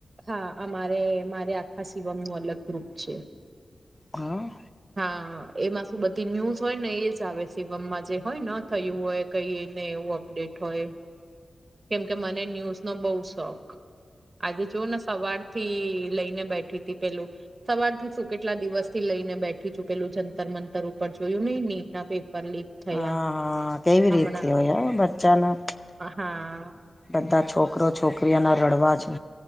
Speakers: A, on the right; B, on the left.
A: હા અમારે મારે આખા શિવમ નું અલગ ગ્રુપ છે.
B: હા.
A: હા એમાં શું બધી ન્યુઝ હોય ને એજ આવે શિવમમાં જે હોય ન થયું હોય કઈને એવું. ડેટ હોય. કેમ કે મને ન્યૂઝ નો બઉ શોખ. આજે જો ને સવાર થી લઈને બેઠી તી પેલું સવારથી શું કેટલા દિવસ થી લઈને બેઠી છું પેલું જંતર મંતર ઉપર જોયું નહી નીટ ના પેપર લીક થયા
B: હા, હા, કઈ
A: હમણાં
B: રીતે હોય બચ્ચાનું.
A: હા
B: બધા છોકરો છોકરીઓના રડવા છે.